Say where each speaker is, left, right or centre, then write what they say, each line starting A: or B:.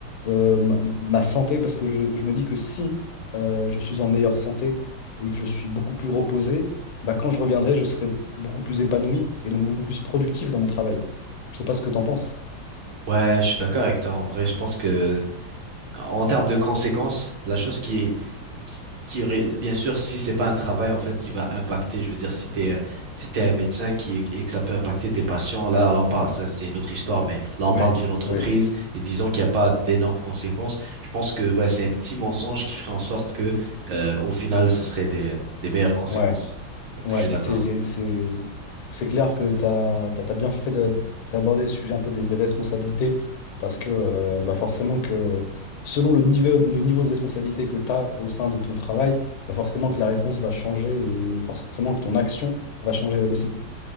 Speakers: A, on the left; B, on the right.
A: euh, ma, ma santé parce que je, je me dis que si euh, je suis en meilleure santé et que je suis beaucoup plus reposé, bah, quand je reviendrai, je serai beaucoup plus épanoui et donc beaucoup plus productif dans mon travail. Je sais pas ce que tu en penses.
B: Ouais, je suis d'accord avec toi. En vrai, je pense que en termes de conséquences, la chose qui est qui, qui aurait bien sûr si c'est pas un travail en fait qui va impacter, je veux dire si t'es euh, si t'es un médecin qui et que ça peut impacter des patients, là là on parle ça c'est une autre histoire, mais là on
A: Ouais,
B: parle d'une entreprise
A: ouais,
B: et disons qu'il n'y a pas d'énormes conséquences. Je pense que ouais c'est un petit mensonge qui ferait en sorte que euh, au final ça serait des des meilleures conséquences.
A: ouais.
B: Donc
A: Ouais,
B: je suis d'accord.
A: c'est, c'est, c'est clair que tu as, bien fait de- d'aborder le sujet un peu des, des responsabilités, parce que euh, bah forcément que selon le niveau, le niveau de responsabilité que tu as au sein de ton travail, bah forcément que la réponse va changer et forcément que ton action va changer elle aussi.